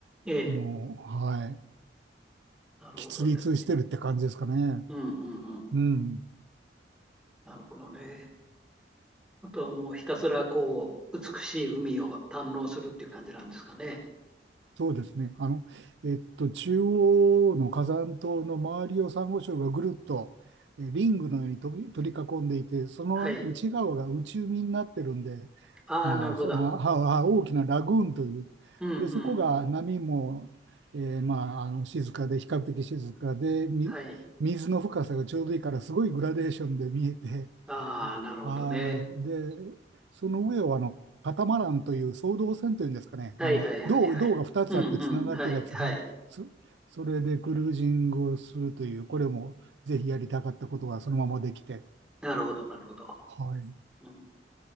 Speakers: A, in the centre; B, on the right (about 75°).
A: ええええ
B: もう、はい、
A: なるほどですね。
B: 喫立してるって感じですかね。
A: うんうんうん。
B: うん。
A: なるほどね。あとはもうひたすらこう、美しい海を堪能するっていう感じなんですかね。
B: そうですね。あの、えっと、中央の火山島の周りをサンゴ礁がぐるっとえーリングのように取り、取り囲んでいて、その内側が内海になってるんで、
A: はい。ああ、
B: まあ、
A: なるほど。
B: そのはは大きなラグーンという、
A: うんうん。
B: で、そこが波も、えーまあ、あの静かで、比較的静かで、み、
A: はい。
B: 水の深さがちょうどいいから、すごいグラデーションで見えて、
A: ああ、なるほどね。
B: はい。で、その上をあのカタマランという双胴船というんですかね、
A: はいはいはいはい。
B: あの胴、胴が2つあってつながってるやつ、
A: うんうん。はいはい。
B: はい、そ、それでクルージングをするという、これもぜひやりたかったことがそのままできて、
A: なるほどなるほど。
B: はい、
A: うん、